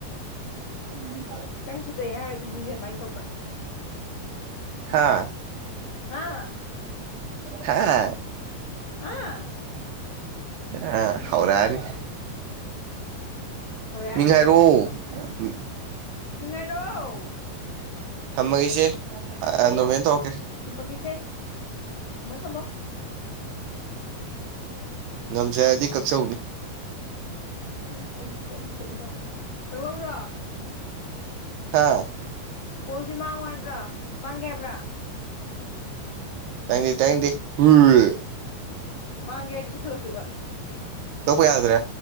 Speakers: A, on the right; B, on the left.
A: ꯎꯝ
B: ꯈꯤꯇꯪ ꯐꯖꯩ ꯍꯥꯏꯔꯨꯔꯗꯤ ꯃꯤꯁꯦ ꯑꯗꯨꯃꯥꯏꯅ ꯇꯧꯕ꯭ꯔꯥ
A: ꯍꯥ
B: ꯍꯥ
A: ꯍꯥ
B: ꯍꯥ
A: ꯍꯥ ꯍꯧꯔꯛ ꯑꯥꯅꯤ
B: ꯍꯧꯔꯛꯑꯅꯤ
A: ꯃꯤꯡ ꯍꯥꯏꯔꯣ ꯎꯝ
B: ꯃꯤꯡꯍꯥꯏꯔꯣ
A: ꯊꯝꯃꯒꯦ ꯏꯆꯦ ꯑꯥ ꯅꯣꯔꯃꯦꯟꯗ ꯇꯧ
B: ꯊꯝꯃꯥꯒꯦꯁꯦ ꯊꯝꯃꯣ ꯊꯝꯃꯣ
A: ꯉꯝꯖꯥꯔꯥꯗꯤ ꯀꯛꯆꯧꯅꯦ
B: ꯎꯝ ꯑꯩꯁꯤꯕꯨ ꯀꯦꯝ ꯍꯩꯠ ꯇꯥꯕꯗꯧꯅ ꯀꯛꯂꯛꯎꯔꯣ
A: ꯍꯥꯥ
B: ꯀꯣꯜꯁꯤ ꯃꯥꯡꯉꯨ ꯍꯥꯏꯕ꯭ꯔꯥ ꯃꯥꯡꯒꯦ ꯍꯥꯏꯕ꯭ꯔꯥ
A: ꯊꯥꯅꯤꯡꯗꯦ ꯊꯥꯅꯤꯡꯗꯦ ꯎꯨ꯭ꯋꯦ
B: ꯃꯥꯡꯒꯦ ꯍꯥꯢꯗꯤ ꯀꯛꯊꯠꯂꯛꯇꯣꯏꯕ
A: ꯊꯧꯕ ꯌꯥꯗ꯭ꯔꯦ